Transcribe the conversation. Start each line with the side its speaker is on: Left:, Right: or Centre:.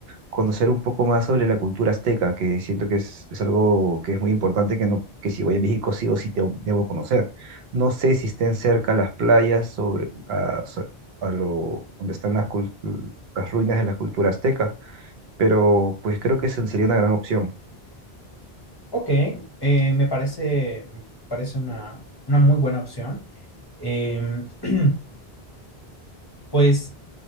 Right: conocer un poco más sobre la cultura azteca, que siento que es, es algo que es muy importante, que, no, que si voy a México sí o sí te- debo conocer. No sé si estén cerca las playas sobre, a, so- a lo, donde están las, cul- las ruinas de la cultura azteca, pero pues creo que esa sería una gran opción.
Left: Ok, eh, me parece, me parece una, una muy buena opción. Em, <clears throat> pues.